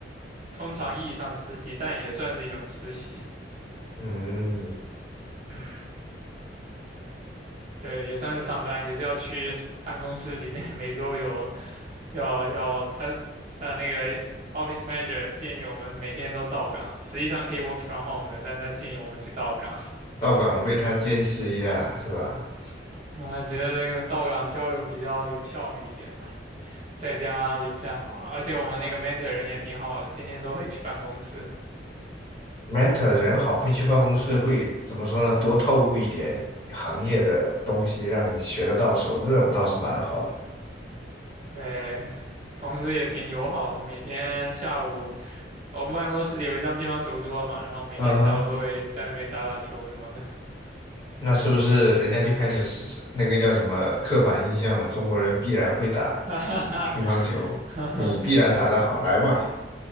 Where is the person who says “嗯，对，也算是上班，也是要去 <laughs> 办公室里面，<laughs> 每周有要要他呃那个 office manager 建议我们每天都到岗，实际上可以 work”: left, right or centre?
Right